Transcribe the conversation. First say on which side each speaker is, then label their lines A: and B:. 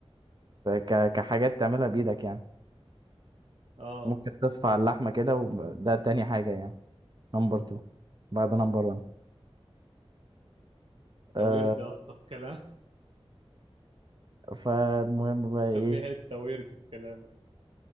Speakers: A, on the right; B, on the right.
A: ك كحاجات تعملها بايدك يعني
B: اه
A: ممكن تصفع اللحمه كده وده تاني حاجه يعني نمبر 2 بعد نمبر 1 آه
B: ده ويرد يا اسطى في كلام <laughs>
A: فالمهم بقى
B: ده
A: ايه
B: في حتة ويرد في كلامك